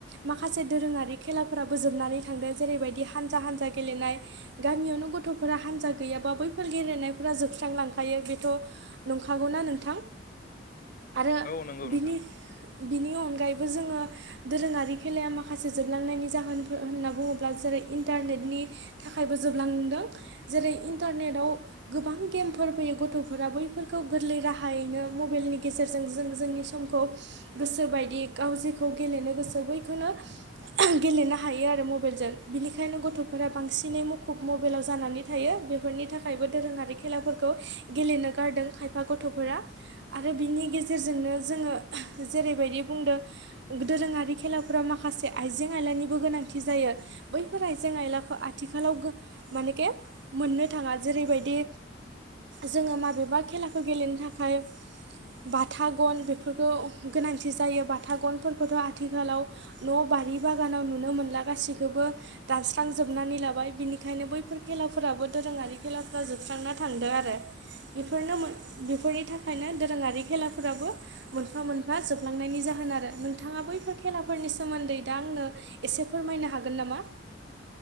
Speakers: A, on the right (about 65°); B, on the left (about 50°).
A: माखासे दोरोङारि खेलाफोराबो जोबनानै थांदों जेरैबायदि हान जा हान्जा गेलेनाय गामियावनो गथ'फोरा हान्जा गैयाबा बैफोर गेलेनायफोरा जोबस्रांलांखायो बेथ' नंखागौना नोंथां आरो
B: औ नंगौ
A: बिनि
B: नोंथां।
A: बिनि अनगायैबो जोङो दोरोङारि खेलाया माखासे जोबलांनायनि जाहोन होनना बुङोब्ला जेरै इन्टारनेटनि थाखायबो जोबलांदों जेरै इन्टारनेटाव गोबां गेमफोर फैयो बेनि गथ'फोरा बैफोरखौ गोरलै राहायैनो मबाइलनि गेजेरजों जों जोंनि समखौ गोसोबायदि गाव जेखौ गेलेनो गोसो बैखौनो गेलेनो हायो आरो मबाइलजों बिनिखायनो गथ'फोरा बांसिनै मुखुब मबाइलाव जानानै थायो। बेफोरनि थाखायबो दोरोङारि खेलाफोरखौ गेलेनो गारदों खायफा गथ'फोरा। आरो बिनि गेजेरजोंनो जोङो जेरैबायदि बुंदों दोरोङारि खेलाफोरााव माखासे आइजें आयलानिबो गोनांथि जायो। बैफोर आइजें आयलाखौ आथिखालाव मानेखे मोननो थाङा जेरैबायदि जोङो माबेबा खेलाखौ गेलेनो थाखाय बाथा गन बेफोरखौ गोनांथि जायो बाथा गनफोरखौथ' आथिखालाव न' बारि बागानाव नुनो मोनला गासिखौबो दानस्रांजोबनानै लाबाय बिनिखायनो बैफोर खेलाफोराबो दोरोङारि खेलाफोरा जोबस्रांना थां नो आरो बेफोरनो बेफोरनि थाखायनो दोरोङारि खेलाफोराबो मोनफा मोन फा जोबलांनायनि जाहोन आरो नोंथाङा बैफोर खेलाफोरनि सोमोन्दै दा आंनो एसे फोरमायनो हागोन ना मा?